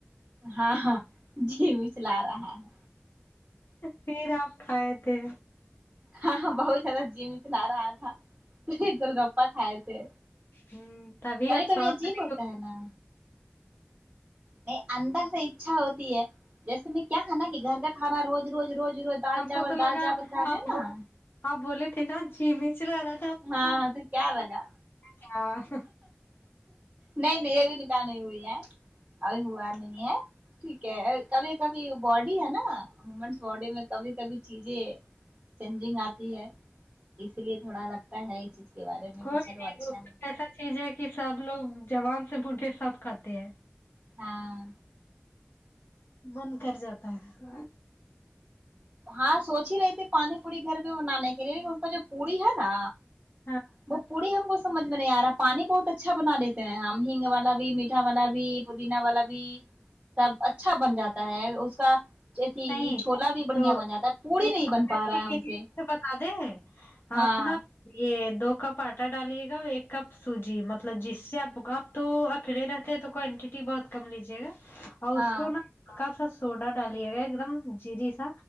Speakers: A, on the right; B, on the left.
A: ہاں ہاں جی میچلا رہا ہے
B: پھر آپ کھائے تھے
A: ہاں ہاں بہت زیادہ جی مچلا رہا تھا تو ایک گول گپا کھائے تھے
B: ہوں تبھی
A: کبھی
B: آپ
A: کبھی
B: ساتھ
A: عجیب
B: نہیں
A: ہوتا
B: ہو
A: ہے نا نہیں اندر سے ایچا ہوتی ہے جیسے میں کیا ہے نا کہ گھر کا کھانا روز روز روز روز دال
B: ہم
A: چاول
B: کو تو لگا
A: دال چاول کھا رہے
B: آپ
A: ہیں نا
B: آپ بولے تھے نا جی مچلا را
A: ہاں تو کیا لگا
B: کیا
A: نہیں نہیں ابھی نکاح نہیں ہوئی ہے ابھی ہوا نہیں ہے ٹھیک ہے کبھی کبھی باڈی ہے نا ومنس باڈی میں کبھی کبھی چیزیں چینجنگ آتی ہے اسی لیے تھوڑا لگ تا ہے یہ چیز کے بارے میں
B: کوئی
A: کہ چلو
B: نہیں
A: اچھا
B: گفتگو
A: ہے
B: ایسا چیز ہے کہ سب لوگ جوان سے بوڈھے سب کھاتے ہیں
A: ہاں
B: من کر جاتا ہے
A: ہاں سوچ ہی رہے تھے پانی پوری گھر میں بنانے کے لیے لن اس کا جو پوری ہے نا
B: ہاں
A: وہ پوری ہم کو سمجھ میں نہیں آ رہا ہے پانی بہت اچھا بنا لیتے ہیں ہم ہنگ والا بھی میٹھا والا بھی پودینہ والا بھی سب اچھا بن جاتا ہے اس کا جیسی
B: نہیں
A: چھولا بھی بڑھیا
B: تو
A: بن جاتا ہے پوڑی
B: اس
A: نہیں
B: کو
A: بن
B: <unintelligible>
A: پا رہا ہے ہم سے
B: بتا دیں ہے
A: ہاں
B: آپ نہ یہ دو کپ آٹا ڈالیے گا اور ایک کپ سوجی مطلب جس سے آپ کو تو اکیلا رہتے تو کوانٹیٹی بہت کم لیجے گا اور
A: ہاں
B: اس کو نا ہکا سا سوڈا ڈالیا گیا ایک دم جری سا